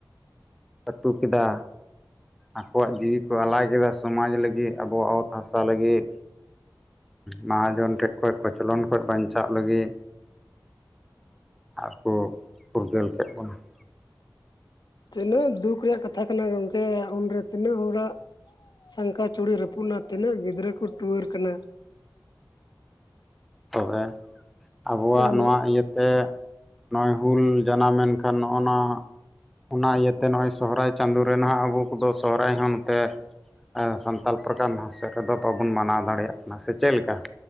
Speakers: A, in the centre; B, on the left.
A: ᱟᱹᱛᱩ ᱠᱮᱫᱟ᱾ ᱟᱠᱚᱣᱟᱜ ᱡᱤᱣᱤ ᱠᱚ ᱟᱞᱟᱭ ᱠᱮᱫᱟ ᱥᱚᱢᱟᱡᱽ ᱞᱟᱹᱜᱤᱫ ᱟᱵᱚᱣᱟᱜ ᱚᱛ ᱦᱟᱥᱟ ᱞᱟᱹᱜᱤᱫ ᱢᱟᱦᱟᱡᱚᱱ ᱴᱷᱮᱡ ᱠᱷᱚᱱ ᱠᱚᱪᱞᱚᱱ ᱠᱷᱚᱱ ᱵᱟᱧᱪᱟᱜ ᱞᱟᱹᱜᱤᱫ ᱟᱨ ᱠᱚ ᱯᱷᱩᱨᱜᱟᱹᱞ ᱠᱮᱫ ᱵᱚᱱᱟ ᱾
B: ᱛᱤᱱᱟᱹᱜ ᱫᱩᱠ ᱨᱮᱭᱟᱜ ᱠᱟᱛᱷᱟ ᱠᱟᱱᱟ ᱜᱚᱢᱠᱮ ᱩᱱᱨᱮ ᱛᱤᱱᱟᱹᱜ ᱦᱚᱲᱟᱜ ᱥᱟᱝᱠᱷᱟ ᱪᱩᱲᱤ ᱨᱟᱹᱯᱩᱫᱱᱟ ᱛᱤᱱᱟᱹᱜ ᱜᱤᱫᱽᱨᱟᱹ ᱠᱚ ᱴᱩᱣᱟᱹᱨ ᱠᱟᱱᱟ ᱾
A: ᱛᱚᱵᱮ, ᱟᱵᱚᱣᱟᱜ
B: ᱦᱩᱸ
A: ᱱᱚᱣᱟ ᱤᱭᱟᱹᱛᱮ ᱱᱚᱜᱼᱚᱭ ᱦᱩᱞ ᱡᱟᱱᱟᱢ ᱢᱮᱱᱮᱱ ᱠᱷᱟᱱ ᱱᱚᱜᱼᱚᱱᱟ ᱚᱱᱟ ᱤᱭᱟᱹᱛᱮ ᱱᱚᱜᱼᱚᱭ ᱥᱚᱦᱨᱟᱭ ᱪᱟᱸᱫᱳ ᱨᱮ ᱱᱟᱦᱟᱜ ᱟᱵᱚ ᱠᱚᱫᱚ ᱥᱚᱦᱚᱨᱟᱭ ᱦᱚᱸ ᱱᱚᱛᱮ ᱥᱟᱱᱛᱟᱲ ᱯᱨᱚᱠᱟᱨ ᱥᱮᱫ ᱨᱮᱫᱚ ᱵᱟᱵᱚᱱ ᱢᱟᱱᱟᱣ ᱫᱟᱲᱮᱭᱟᱜ ᱠᱟᱱᱟ ᱥᱮ ᱪᱮᱫ ᱞᱮᱠᱟ?